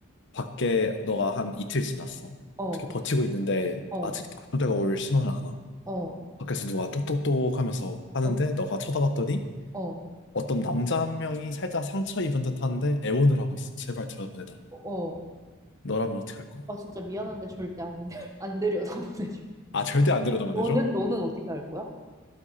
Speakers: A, on the left; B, on the right.
A: 밖에 너가 한 이틀 지났어.
B: 어,
A: 어떻게 버티고 있는데,
B: 어,
A: 아직 군대가 올 신호를 하나.
B: 어,
A: 밖에서 누가 똑똑똑 하면서 하는데,
B: 어,
A: 너가 쳐다봤더니,
B: 어,
A: 어떤 남자 한 명이 살짝 상처 입은 듯한데, 애원을 하고 있어. 제발 들여다보내달라.
B: 어.
A: 너라면 어떻게 할 거야?
B: 아, 진짜 미안한데 절대 안, 들- 안 들여다 <laughs> 보내줘.
A: 아, 절대 안 들여다보내줘?
B: 너는, 너는 어떻게 할 거야?